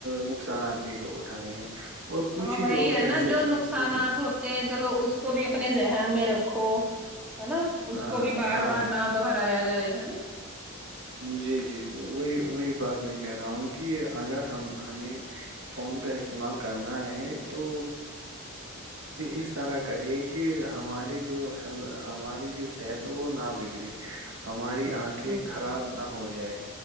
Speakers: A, on the right; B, in the centre.
A: نقصانات بھی اٹھانے ہے اور
B: ہاں
A: کچھ ہی
B: وہی
A: لوگ
B: ہے
A: ایسے
B: نا جو نقصانات
A: کچھ
B: ہوتے چلو اس کو بھی اپنے ذہن میں رکھو ہے نا اس
A: ہاں،
B: کو بھی بار
A: ہاں، ہاں
B: بار نہ دہرایا جائے ہےا
A: جی جی وہی وہی بات میں کہہ رہا ہوں کہ اگر ہم ہمیں فون کا استعمال کرنا ہے تو اس طرح کرے کہ ہماراری جو ہماری جو صحت وہ نہ بگڑے ہماری آ
B: ہ
A: کے خراب نہ ہو جائے